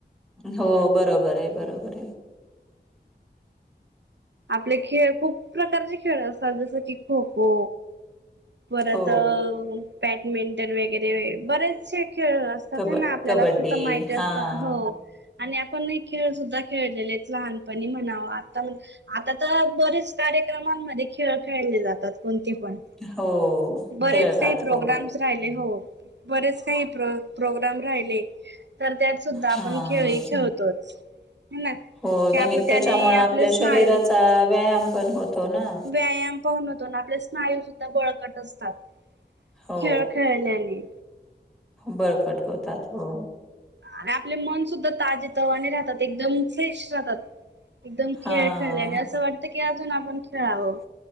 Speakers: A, in the centre; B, on the right (about 80°).
A: हो बरोबर आहे, बरोबर आहे.
B: आपले खेळ, खूप प्रकारचे खेळ असतात. जसं की खो खो. परत
A: हो,
B: बॅडमिंटन वगैरे, बरेचसे खेळ अस तसं
A: कब
B: ना आपल्याला
A: कबड्डी
B: सुधा माहिती असतं,
A: हां,
B: हो आणि आपण हे खेळ सुद्धा खेळलेले आहेत लहानपणी म्हणा, व आता आता तर बरेच कार्यक्रमांमध्ये खेळ खेळले जातात कोणते पण.
A: हो.
B: बरेच
A: खेळतात
B: काही प्रोग्राम
A: हो.
B: राहिले, हो बरेच काही प्र प्रोग्राम राहिले. तर त्यात सुद्धा आपण
A: हां,
B: खेळ हे खेळतोच. ह ना
A: हो
B: की आपलं
A: आणि
B: त्याने
A: त्याच्यामुळं आपल्या
B: आपले स्नायू
A: शरीराचा व्यायाम पण होतो ना.
B: व्यायाम पाहून होतो ना, आपले स्नायू सुद्धा बळकट असतात.
A: हो,
B: खेळ खेळल्याने
A: बळकट होतात हो.
B: आणि आपले मन सुुद्धा ताजे तवाने राहतात, एकदम फ्रेश राहतात. एकदम खेळ
A: हां,
B: खेळल्याने, असं वाटतं की अजून आपण खेळावं.